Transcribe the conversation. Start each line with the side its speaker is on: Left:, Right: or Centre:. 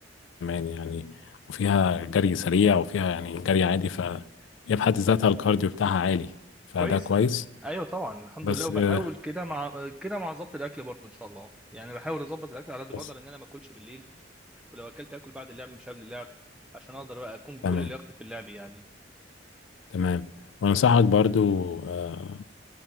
Left: كمان يعني وفيها جري سريع وفيها يعني جري عادي ف هي في حد ذاتها الكارديو بتاعها عالي فده
Centre: كويس
Left: كويس
Centre: ايوه طبعا الحمد
Left: بس
Centre: لله وبحاول
Left: آه،
Centre: كده مع كده مع ظبط الاكل برضو ان شاء الله يعني بحاول اظبط الاكل على قد ما
Left: بس
Centre: اقدر ان انا ما اكلش بالليل ولو اكلت اكل بعد اللعب مش قبل اللعب عشان اقدر بقى اكون بكل
Left: تمام
Centre: لياقتي في اللعب يعني
Left: تمام وانصحك برضو آه،